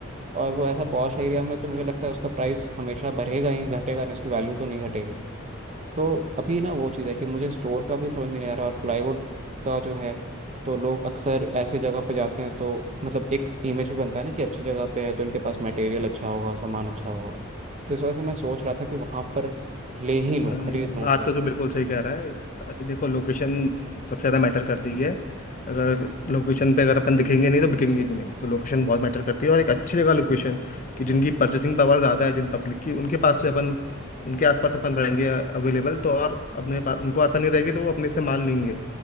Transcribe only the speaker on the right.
और वो ऐसा पॉश एरिया में तो मुझे लगता है उसका प्राइस हमेशा बढ़ेगा ही घटेगा नहीं उसकी वैल्यू तो नहीं घटेगी तो अभी ना वो चीज़ है कि मुझे स्टोर का भी समझ में नहीं आ रहा और प्लाईवुड का जो है तो लोग अक्सर ऐसे जगह पे जाते हैं तो मतलब एक इमेज भी बनता है ना कि अच्छी जगह पे है तो इनके पास मटेरियल अच्छा होगा सामान अच्छा होगा तो इस वजह से मैं सोच रहा था कि वहाँ पर ले ही लूँ
खरीद
लूँ
उसे